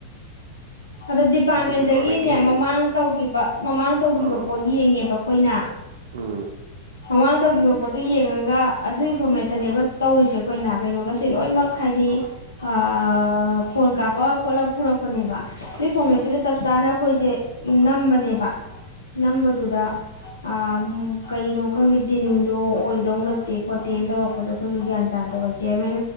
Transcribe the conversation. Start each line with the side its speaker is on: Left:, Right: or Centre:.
Left: ꯑꯗ ꯗꯤꯄꯥꯔꯠꯃꯦꯟꯗꯒꯤꯅꯦ
Right: ꯑꯗꯨ ꯗꯤꯄꯥꯔꯠꯃꯦꯟꯒꯤ ꯍꯦ
Left: ꯃꯃꯥꯡ ꯇꯧꯒꯤꯕ ꯃꯃꯥꯡ ꯇꯧꯈꯤꯕ
Right: ꯑꯥ
Left: ꯄꯣꯠ ꯌꯦꯡꯉꯦꯕ ꯈꯣꯏꯅ
Right: ꯎꯝ
Left: ꯃꯃꯥꯡ ꯇꯧꯈꯤꯕ ꯄꯣꯠꯇꯣ ꯌꯦꯡꯉꯒ ꯑꯗꯨꯒꯤ ꯐꯣꯔꯃꯦꯠꯇꯅꯦꯕ ꯇꯧꯔꯤꯁꯦ ꯑꯩꯈꯣꯏꯅ ꯀꯩꯅꯣꯒꯁꯦ ꯂꯣꯏꯅꯃꯛ ꯍꯥꯏꯗꯤ ꯑꯥ ꯐꯣꯟ ꯀꯥꯞꯄ ꯈꯣꯠꯂ ꯄꯨꯔꯛꯄꯅꯦꯕ ꯑꯗꯨꯏ ꯐꯣꯔꯃꯦꯠꯇꯨꯗ ꯆꯞ ꯆꯥꯅ ꯑꯩꯈꯣꯏꯁꯦ ꯅꯝꯕꯅꯦꯕ ꯅꯝꯕꯗꯨꯗ ꯑꯥꯝ ꯀꯩꯅꯣ ꯈꯪꯒꯤ ꯗꯤꯟꯗꯣ ꯑꯣꯏꯗꯧ ꯅꯠꯇꯦ ꯈꯣꯠꯇꯦꯅ ꯇꯧꯔꯛꯄꯗꯣ ꯑꯩꯈꯣꯏꯁꯨ ꯒ꯭ꯌꯥꯟ ꯇꯥꯗꯦꯕ ꯆꯤꯌꯔꯃꯦꯟ